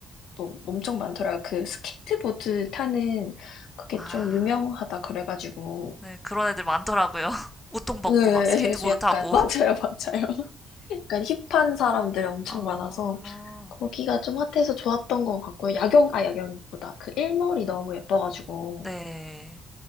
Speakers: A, on the left; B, in the centre.
A: 또 엄청 많더라고요. 그 스케이트보드 타는 그게
B: 아,
A: 좀 유명하다 그래가지고
B: 네, 그런 애들 많더라고요. <laughs> 웃통 벗고
A: 네,
B: 막 스케이트보드
A: 그래서 약간
B: 타고.
A: <laughs> 맞아요, 맞아요. 약간 힙한 사람들 엄청
B: 아,
A: 많아서 거기가 좀 핫해서 좋았던 것 같고요. 야경, 아, 야경보다 그 일몰이 너무 예뻐가지고.
B: 네.